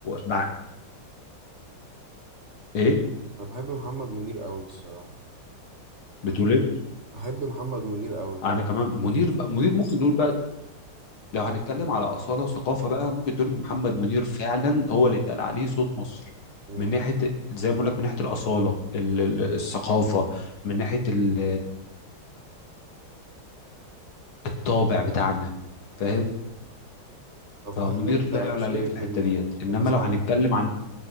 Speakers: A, on the left (about 80°); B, on the right (about 40°).
A: مع ايه
B: انا بحب محمد منير قوي الصراحة
A: بتقول ايه
B: بحب محمد منير قوي
A: انا كمان منير بقى منير ممكن نقول بقى لو هنتكلم على أصالة وثقافة بقى ممكن تقول إن محمد منير فعلا هو اللي اتقال عليه صوت مصر
B: امم
A: من ناحية زي ما بقول لك من ناحية الأصالة ال- ال- الثقافة من ناحية ال- الطابع بتاعنا فاهم
B: طب
A: فمنير
B: هل انت
A: لا يعلى
B: شايف
A: عليه في الحتة
B: ان
A: ديت
B: ان
A: إنما
B: مثلا
A: لو هنتكلم عن